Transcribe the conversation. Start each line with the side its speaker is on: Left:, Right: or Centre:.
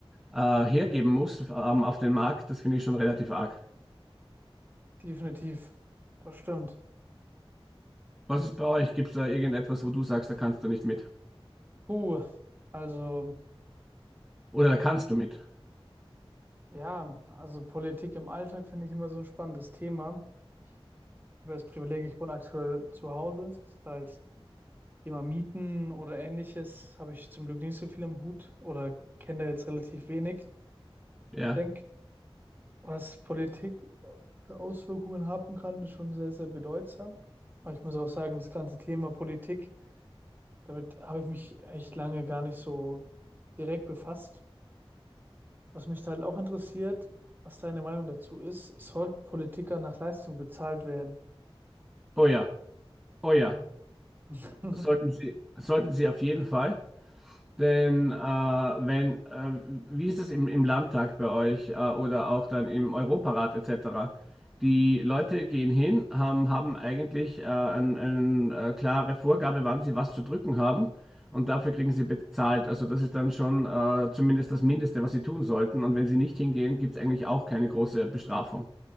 Centre: äh, hergeben muss ähm, auf den Markt, das finde ich schon relativ arg.
Right: definitiv, das stimmt.
Centre: Was ist bei euch? Gibt es da irgendetwas, wo du sagst, da kannst du nicht mit?
Right: Puh, also
Centre: Oder da kannst du mit?
Right: ja, also Politik im Alltag finde ich immer so ein spannendes Thema. Ich habe das Privileg, ich wohne aktuell zu Hause. Das heißt, Thema Mieten oder ähnliches habe ich zum Glück nicht so viel im Hut oder kenne da jetzt relativ wenig. Ich
Centre: Ja.
Right: denke, was Politik für Auswirkungen haben kann, ist schon sehr, sehr bedeutsam. Aber ich muss auch sagen, das ganze Thema Politik, damit habe ich mich echt lange gar nicht so direkt befasst. Was mich da halt auch interessiert, was deine Meinung dazu ist, sollten Politiker nach Leistung bezahlt werden?
Centre: Oh ja, oh ja.
Right: <laughs>
Centre: Sollten Sie, sollten Sie auf jeden Fall. Denn äh, wenn, äh, wie ist es im, im Landtag bei euch äh, oder auch dann im Europarat etc.? Die Leute gehen hin, haben, haben eigentlich äh, eine ein, ein, äh, klare Vorgabe, wann sie was zu drücken haben und dafür kriegen sie bezahlt. Also das ist dann schon äh, zumindest das Mindeste, was sie tun sollten. Und wenn sie nicht hingehen, gibt es eigentlich auch keine große Bestrafung.